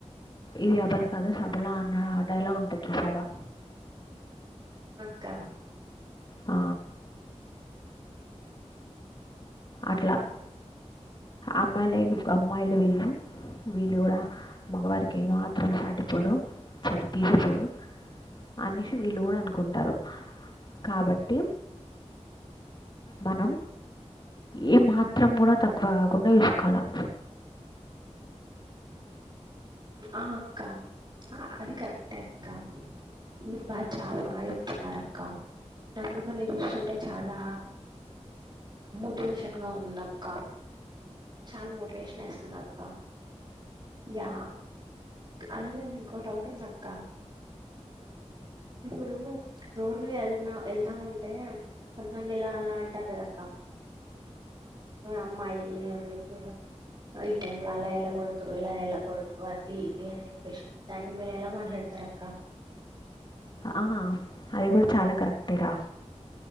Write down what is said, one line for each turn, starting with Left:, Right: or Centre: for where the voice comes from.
Left: ఇది అపల కాదు సభలా అన్న డైలాగ్ ఉంటుంది చూసాదా
Right: క్క
Left: ఆ అట్లా అమ్మాయిలే అమ్మాయిలు వీళ్ళు వీళ్ళు కూడా మగవారికి ఏమాత్రం సాటిపోరు సరి తీసిపోరు అనేసి వీళ్ళు కూడా అనుకుంటారు కాబట్టి మనం ఏ మాత్రం కూడా తక్కువ కాకుండా చూసుకోవాలం
Right: ఆ అక్క అది కరెక్టే అక్క మీరు బాగా చాలా బాగా చెప్తున్నారు అక్క నాకు మిమ్మల్ని చూస్తుంటే చాలా మోటివేషన్గా ఉంద అక్క చాలా మోటివేషన్ వేస్తుంది అక్క యా అలాగ ఇంకో డౌట్ ఉందక్క ఇప్పుడు రోడ్ మీద వెత వెళ్తా ఉంటే కొంతమంది ఇలా అలా అంటారు కదక్క అమ్మాయికు ఈ టై లో అలా వెళ్ళకూడదు ఇలా వెళ్ళకూడదు అది ఇది అని చెప్పేసి దానికి మీరు ఎలా మాట్లాడతార అక్క
Left: ఆ అది కూడా చాలా కరెక్టేరా